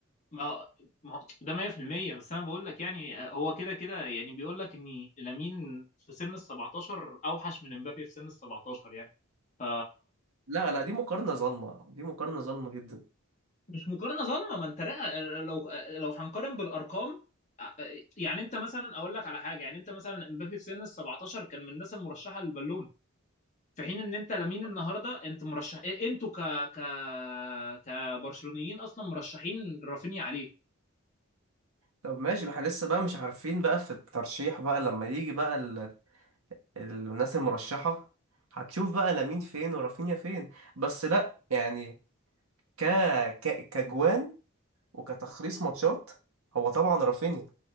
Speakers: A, on the left; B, on the right.
A: ما ما هو- ده 100% بس انا بقول لك يعني آه، هو كده كده يعني بيقول لك ان لامين في سن ال 17 اوحش من امبابي في سن ال 17 يعني ف
B: لا لا دي مقارنة ظالمة دي مقارنة ظالمة جدا
A: مش مقارنه ظالمه ما انت رأ- لو لو هنقارن بالارقام آه، يعني انت مثلا اقول لك على حاجه يعني انت مثلا امبابي في سن ال 17 كان من الناس المرشحه للبالون في حين ان انت لامين النهارده انت مرشح إيه- انتوا ك ك كبرشلونيين اصلا مرشحين رافينيا عليه
B: طب ماشي احنا لسه بقى مش عارفين بقى في الترشيح بقى لما يجي بقى ال... الناس المرشحة هتشوف بقى لامين فين ورافينيا فين بس لا يعني ك... ك... كجوان وكتخليص ماتشات هو طبعا رافينيا